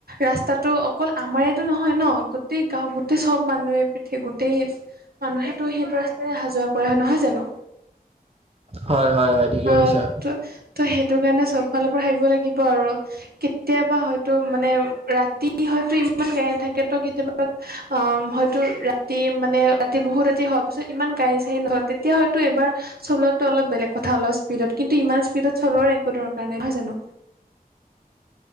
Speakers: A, on the right (about 80°); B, on the right (about 40°).
A: ৰাস্তাটো অকল আমাৰেতো নহয় ন। গোট- গোটেই গাঁও গোটেই সব মানুহে পিঠে গোটেই মানুহেতটো সেইটো ৰাস্ত হ যোৱা কৰা হয় নহয় জানো
B: হয় হয় হয় ঠিকে
A: অ
B: কৈছা
A: ত' সেইটো কাৰণে চব ফাল পৰাৰ খাবিব লাগিব আৰু কেতিয়াবা হয়তো মানে ৰাতি হয়তো ইমান গে থাকেতো কেতিয়াবা অ হয়তো ৰাতি মানে ৰাতি বহুত ৰাতি হোৱাৰ পিছত ইমান গাড়ী চাড়ী নাথাকে। এতিয়া হয়তো এইবাৰ চলোৱাটো অলপ বেলেগ কথা অলপ স্পীডত কিন্তু ইমান স্পীডত চলোৱাৰ একো দৰকাৰ নাই নহয় জানো।